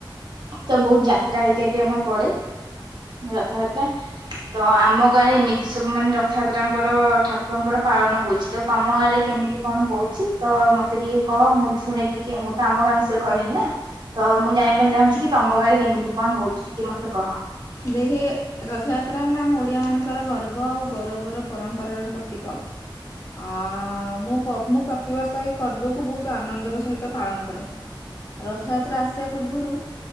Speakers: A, on the right (about 60°); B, on the left (about 35°).
A: ତ ବହୁତ ଯାତ୍ରା ହେଇକା ବି ଆମର ପଡେ ରଥଯାତ୍ରା ତ ଆମ ଗାଁରେ ଏମିତି ସବୁ ମାନେ ରଥଯାତ୍ରାଙ୍କର ଠାକୁରଙ୍କର ପାଳନ ହଉଛି ତ ତମ ଗାଁ ରେ କେମିତି କଣ ହଉଛି ତ ମତେ ଟିକେ କହ ମୁଁ ଶୁଣେ ଟିକେ ମୁଁ ତ ଆମ ଗାଁ ବିଷୟରେ କହିଲି ନା ତ ମୁଁ ଜାଣିବା ପାଇଁ ଚାହୁଁଛି କି ତମ ଗାଁରେ କେମିତି କଣ ହଉଛି ଟିକେ ମତେ କହ।
B: ଦେଖେ ରଥଯାତ୍ରା ହେଲା ଆମ ଓଡିଆ ମାନଙ୍କ ଙ୍କର ଗର୍ବ ଆଉ ଗୌରବର ପରମ୍ପରାର ପ୍ରତୀକ। ହଁ ମୁଁ ପ୍ରତି ମୁଁ ପ୍ରତି ପ୍ରତିବର୍ଷ ଏହି ପର୍ବକୁ ବହୁତ ଆନନ୍ଦର ସହିତ ପାଳନ କରେ ରଥଯାତ୍ରା ଆସିବା ପୂର୍ବରୁ